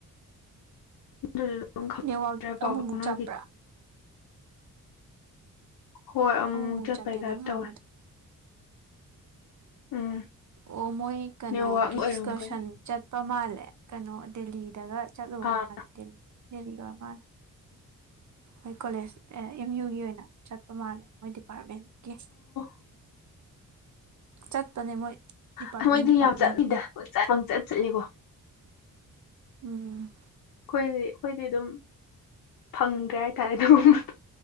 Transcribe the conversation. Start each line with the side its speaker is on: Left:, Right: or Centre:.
Left: ꯑꯗꯨ ꯑꯗꯨꯝ ꯈꯪ꯭ꯔꯦ
Right: ꯅꯦꯠꯋꯥꯛ
Left: ꯄꯥꯎ
Right: ꯑꯃꯨꯛꯃꯨꯛ
Left: ꯐꯥꯎꯅꯈꯤ
Right: ꯆꯞꯄ꯭ꯔꯥ
Left: ꯍꯣꯏ ꯑꯃꯨꯛ
Right: ꯑꯃꯨꯛꯃꯨꯛ
Left: ꯑꯃꯨꯛ ꯆꯠꯄꯩ
Right: ꯆꯞꯄꯦ
Left: ꯀꯥꯏꯞ
Right: ꯅꯪ ꯉꯥꯡꯕꯗꯣ
Left: ꯇꯧꯋꯦ ꯎꯝ
Right: ꯑꯣ ꯃꯣꯏ ꯀꯩꯅꯣꯒꯤ
Left: ꯅꯦꯠꯋꯥꯛ ꯑꯣꯏꯔꯝꯒꯅꯤ
Right: ꯑꯦꯁꯀꯔꯁꯟ ꯆꯠꯄ ꯃꯥꯜꯂꯦ ꯀꯩꯅꯣ ꯗꯦꯜꯂꯤꯗꯒ ꯆꯠꯂꯣ
Left: ꯑꯥ
Right: ꯃꯥꯅꯦ ꯗꯦꯜꯂꯤ ꯗꯦꯜꯂꯤꯒꯧꯔ ꯃꯥꯅꯦ ꯃꯣꯏ ꯀꯣꯂꯦꯖ ꯑꯦꯝ ꯌꯨꯒꯤ ꯑꯣꯏꯅ ꯆꯠꯄ ꯃꯥꯜꯂꯦ ꯃꯣꯏ ꯗꯤꯄꯥꯔꯠꯃꯦꯟꯒꯤ
Left: <inaudible>
Right: ꯆꯠꯄꯅꯦ ꯃꯣꯏ ꯗꯤꯄꯥꯔꯠꯃꯦꯟ
Left: ꯑꯣ ꯃꯣꯏꯗꯤ
Right: ꯗꯤꯄꯥꯔꯠꯃꯦꯟꯒꯤ
Left: ꯌꯥꯝ ꯆꯠꯂꯤꯗ ꯄꯪꯆꯠ ꯆꯠꯂꯤꯀꯣ
Right: ꯎꯝ
Left: ꯑꯩꯈꯣꯏꯗꯤ ꯑꯩꯈꯣꯏꯗꯤ ꯑꯗꯨꯝ ꯐꯪꯗ꯭ꯔꯦ ꯍꯥꯏꯇꯥꯔꯦ ꯑꯗꯨꯒꯨꯝꯕ